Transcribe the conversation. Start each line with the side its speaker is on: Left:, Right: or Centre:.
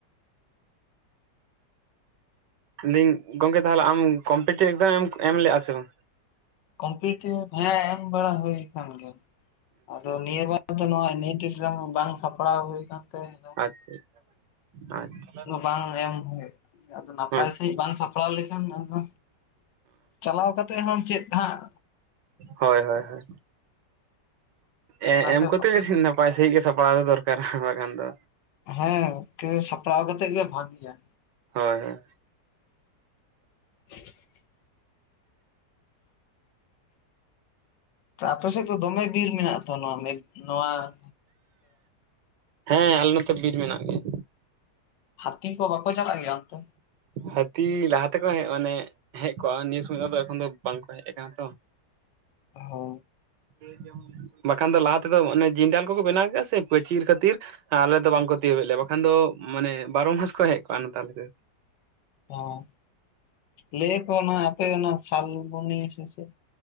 Right: ᱞᱤᱧ ᱜᱚᱝᱠᱮ ᱛᱟᱦᱚᱞᱮ ᱟᱢ ᱠᱚᱢᱯᱤᱴᱤᱵᱽ ᱮᱠᱡᱟᱢ ᱮᱢ ᱞᱮᱜᱼᱟ ᱥᱮ ᱵᱟᱝ
Left: ᱠᱚᱢᱯᱤᱴᱤᱵᱽ ᱦᱮᱸ ᱮᱢ ᱵᱟᱲᱟ ᱦᱩᱭ ᱠᱟᱱ ᱜᱮᱭᱟ ᱟᱫᱚ ᱱᱤᱭᱟᱹ ᱵᱟᱨᱼᱼ <unintelligible> ᱱᱚᱣᱟ ᱱᱮᱴ ᱮᱠᱡᱟᱢ ᱵᱟᱝ ᱥᱟᱯᱲᱟᱣ ᱦᱩᱭ ᱠᱟᱱ ᱛᱮ ᱟᱫᱚᱼᱼ
Right: ᱟᱪᱪᱷᱟ ᱟᱪᱪᱷᱟ ᱟᱪᱪᱷᱟ
Left: ᱵᱟᱝ ᱮᱢ ᱦᱩᱭ ᱟᱫᱚ ᱱᱟᱯᱟᱭ
Right: ᱟᱪᱪᱷᱟ
Left: ᱥᱟᱺᱦᱤᱡ ᱵᱟᱝ ᱥᱟᱯᱲᱟᱣ ᱞᱮᱠᱷᱟᱱ ᱟᱫᱚᱼᱼ ᱪᱟᱞᱟᱣ ᱠᱟᱛᱮᱫ ᱦᱚᱸ ᱪᱮᱫ ᱦᱟᱸᱜ
Right: ᱦᱳᱭ ᱦᱳᱭ ᱦᱳᱭ ᱮ
Left: ᱚᱱᱟᱛᱮ
Right: ᱮᱢ ᱠᱚᱛᱮ ᱱᱟᱯ ᱯᱟᱭ ᱥᱟᱺᱦᱤᱡ ᱜᱮ ᱥᱟᱯᱲᱟᱣ ᱫᱚ ᱫᱚᱨᱠᱟᱨᱟ ᱵᱟᱠᱷᱟᱱ ᱫᱚᱼᱼ
Left: ᱦᱮᱸ <unintelligible> ᱥᱟᱯᱲᱟᱣ ᱠᱟᱛᱮᱜ ᱜᱮ ᱵᱷᱟᱜᱮᱭᱟ
Right: ᱦᱳᱭ ᱦᱳᱭ
Left: <inaudible> ᱛᱚ ᱟᱯᱮ ᱥᱮᱫ ᱫᱚ ᱫᱚᱢᱮ ᱵᱤᱨ ᱢᱮᱱᱟᱜ ᱛᱚ ᱱᱚᱣᱟ ᱢᱮᱫ ᱱᱚᱣᱟ <unintelligible>
Right: ᱦᱮᱸ ᱟᱞᱮ ᱱᱚᱛᱮ ᱵᱤᱨ ᱢᱮᱱᱟᱜ ᱜᱮᱭᱟ
Left: ᱦᱟᱹᱛᱤ ᱠᱚ ᱵᱟᱠᱚ ᱪᱟᱞᱟᱜ ᱜᱮᱭᱟ ᱚᱱᱛᱮ
Right: ᱦᱟᱹᱛᱤ ᱞᱟᱦᱟ ᱛᱮᱠᱚ ᱦᱮᱡ ᱢᱟᱱᱮᱼᱼ ᱦᱮᱡ ᱠᱚᱜᱼᱟ ᱱᱤᱭᱟᱹ ᱥᱚᱢᱚᱭ ᱫᱚ ᱟᱫᱚ ᱮᱠᱷᱚᱱ ᱫᱚ ᱵᱟᱝ ᱠᱚ ᱦᱮᱡ ᱠᱟᱱᱟ ᱛᱚ
Left: ᱦᱳᱻ
Right: <unintelligible> ᱵᱟᱠᱷᱟᱱ ᱫᱚ ᱞᱟᱦᱟ ᱛᱮᱫᱚ ᱚᱱᱮ ᱡᱤᱱᱰᱟᱞ ᱠᱚᱠᱚ ᱵᱮᱱᱟᱣ ᱠᱮᱫᱼᱟ ᱥᱮ ᱯᱟᱹᱪᱤᱨ ᱠᱷᱟᱹᱛᱤᱨ ᱦᱮᱸ ᱟᱞᱮ ᱫᱚ ᱵᱟᱝ ᱠᱚ ᱛᱤᱭᱳᱜ ᱮᱫ ᱞᱮᱭᱟ ᱵᱟᱠᱷᱟᱱ ᱫᱚ ᱢᱟᱱᱮ ᱵᱟᱨᱚ ᱢᱟᱥ ᱠᱚ ᱦᱮᱡ ᱠᱚᱜᱼᱟ ᱱᱚᱛᱮ ᱟᱞᱮ ᱥᱮᱫ
Left: ᱚᱸ ᱞᱮᱭᱟ ᱠᱚ ᱚᱱᱟ ᱟᱯᱮ ᱚᱱᱟ ᱥᱟᱞᱵᱩᱱᱤ ᱥᱮ ᱪᱮᱫ